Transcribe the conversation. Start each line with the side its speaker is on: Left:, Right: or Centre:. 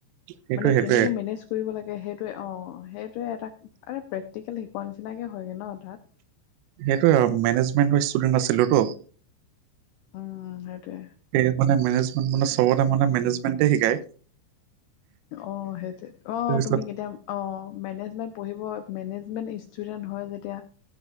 Right: সেইটোৱে
Left: মানে
Right: সেইটোৱে
Left: কেনেকৈ মেনেজ কৰিব লাগে সেইটোৱে অ' সেইটোৱে এটা আৰে প্ৰেক্টিকেল শিকোৱা নিচিনাকে হয়গৈ ন' তাত
Right: সেইটোৱে আৰু মেনেজমেন্টৰ ষ্টুডেন্ট আছিলোঁ টো
Left: উম, সেইটোৱে।
Right: সেয়ে মানে মেনেজমেণ্ট মানে চবতে মানে মেনেজমেণ্টে শিকায়।
Left: অ', সেইটোৱে অ'
Right: তাৰপিছত
Left: তুমি কেতিয়া অ' মেনেজমেণ্ট পঢ়িব মেনেজমেণ্ট ষ্টুডেণ্ট হয় যেতিয়া